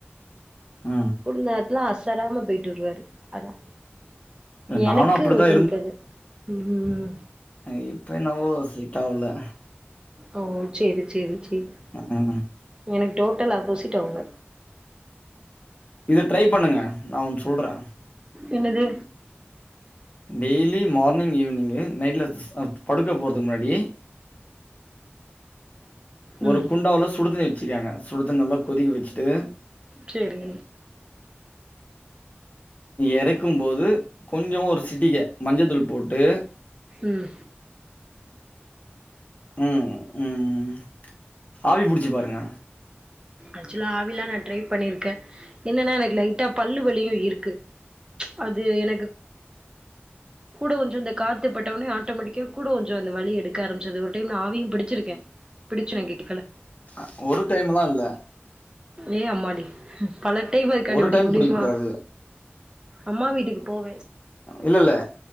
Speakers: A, on the left; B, on the right.
A: ஆ
B: குளிர் நேரத்துலாம் அசராம போயிட்டு வருவாரு அதான்
A: நானு
B: எனக்கு
A: அப்டித்தா
B: ஒத்துழைக்காது உம்ம்
A: அ இப்ப என்னவோ செட் ஆகல
B: ஓ சேரி சேரி சேர்
A: ஆஆ
B: எனக்கு டோட்டல் ஆப்போசிடிட் அவுங்க
A: இத ட்ரை பண்ணுங்க நான் ஒன்னு சொல்றேன்
B: என்னது
A: டெய்லி மார்னிங் ஈவ்னிங் நைட்ல சாப்ட் படுக்க போறதுக்கு முன்னாடி ஒரு
B: ம்
A: குண்டாவ்ல சுடுதண்ணி வச்சு வச்சுக்காங்க சுடுத்தண்ணி நல்லா கொதிக்க வச்சுட்டு
B: சேரி
A: இறக்கும் போது கொஞ்சம் ஒரு சிட்டிக மஞ்சத்தூள் போட்டு
B: உம்
A: உம் உம் ஆவி புடிச்சு பாருங்க
B: ஆக்சுவலா ஆவிலாம் நான் ட்ரை பண்ணிருக்கேன் என்னன்னா எனக்கு லைட்டா பல்லு வலியும் இருக்கு அது எனக்கு கூட கொஞ்சோ அந்த காத்துப்பட்டவுனே ஆட்டோமேட்டிக் க்கா கூட கொஞ்சோ அந்த வலி எடுக்க ஆரம்பச்சது ஒரு டைம் நா ஆவியும் பிடிச்சிருக்கே பிடுச்சு கேக்கல
A: அ ஒரு டைம்லா இல்ல
B: ஏ அம்மாடி பல டைம் அதுக்காண்டி
A: ஒரு
B: பிடிக்க
A: டைம்
B: முடியுமா
A: புடிக்க கூடாது
B: அம்மா வீட்டுக்கு போவேன்
A: இல்ல இல்ல